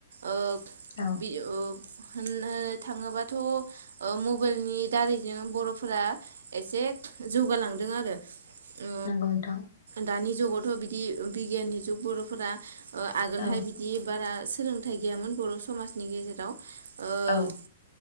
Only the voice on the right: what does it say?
ओ
बि ओ होन नो थाङोबाथ' मबाइलनि दारैनो बर'फोरा एसे जौगालांदों आरो। ओ
दानि जुगत थ' बिदि बिगियाननि जुग बर'फोरा ओ आगोलहाय
बिदि बारा सोलोंथाइ गैयामोन बर' समाजनि गेजेराव ओ